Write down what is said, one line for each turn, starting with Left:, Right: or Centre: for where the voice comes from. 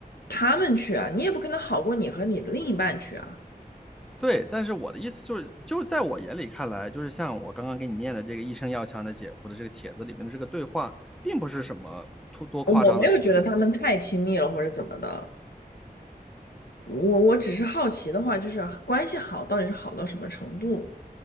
Left: 他们去啊，你也不可能好过你和你的另一半去啊。
Centre: 对，但是我的意思就是，就是在我眼里看来，就是像我刚刚给你念的这个“一生要强的姐夫”的这个帖子里面的这个对话，并不是什么多多夸张的事情。
Left: 我没有觉得他们太亲密了或者怎么的，我我只是好奇的话，就是关系好到底是好到什么程度